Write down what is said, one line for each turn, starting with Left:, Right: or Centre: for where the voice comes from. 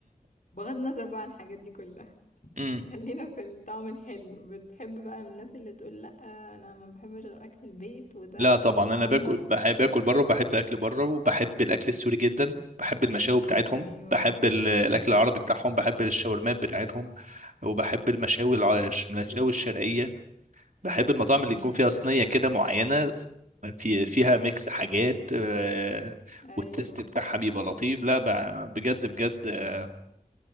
Left: بغض النظر بقى عن الحاجات دي كلها
Right: امم
Left: <laughs> خلينا في الطعم الحلو بتحب بقى من الناس اللي تقول لا انا ما بحبش غير اكل البيت وده
Right: لا
Left: اكيد
Right: طبعا
Left: اللي
Right: انا
Left: انضف
Right: باكل بحب
Left: و...
Right: باكل بره وبحب اكل بره وبحب الاكل السوري جدا بحب المشاوي بتاعتهم
Left: ايوه
Right: بحب ال- الاكل العربي بتاعهم بحب الشاورمات بتاعتهم وبحب المشاوي الع- المشاوي الشرقيه بحب المطاعم
Left: امم
Right: اللي يكون فيها صينيه كده معينه في فيها ميكس حاجات آه،
Left: ايوه
Right: والتست بتاعها بيبقى لطيف لا ب- بجد بجد آه،